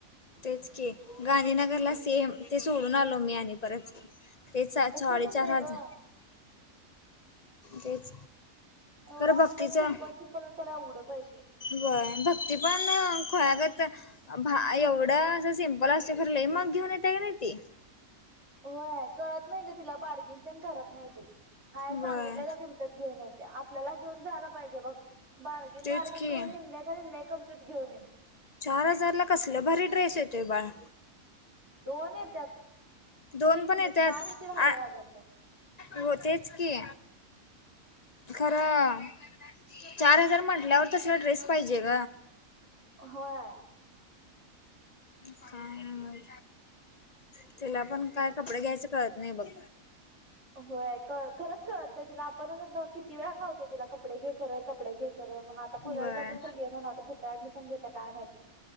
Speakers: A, on the left; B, on the right.
A: तेच की गांधीनगरला सेम ते सोडून आलो मी आणि परत तेचा
B: तसच
A: साडेचार
B: होतंय
A: हजार
B: ग
A: तेच
B: एवढं
A: खरं भक्तीचं
B: असतं सिंपल, सिंपल आणि त्याला एवढं पैशे
A: व्हय भक्ती पण खुळ्यागत भा एवढं असं सिंपल असतय खर लंय महाग घेऊन येत्या की नाही ती.
B: होय कळत नाही का तिला बार्गिन पण करत नाही ती हाय हे सांगितलेल
A: व्हय
B: किम घेऊन येते आपल्याला घेऊन जाला पाहिजे बघ बार्गिन,
A: तेच
B: बार्गेन
A: की
B: करून निम्म्याच्या निम्म्या कमतीत घेऊ येईन.
A: चार हजार ला कसल भरी ड्रेस येतोय बाळा
B: दोन येतात
A: दोन
B: तीन,
A: पण येत्यात
B: चार येतील हजार,
A: आ
B: हजारचा.
A: हो तेच की. खरं चार हजार म्हटल्यावर तसला ड्रेस पाहिजेग.
B: होय.
A: काय <inaudible> तिला पण काय कपडे घ्यायचं कळत नाही बघ.
B: होय खरंच कळत नाही तिला आपण आ किती वेळा खातोय तिला कपडे घे खर कपडे घे खर म्हण पुऱ्याला
A: व्हय
B: जाताना तर घे म्हणाव कुठं डमिशन घेते काय माहित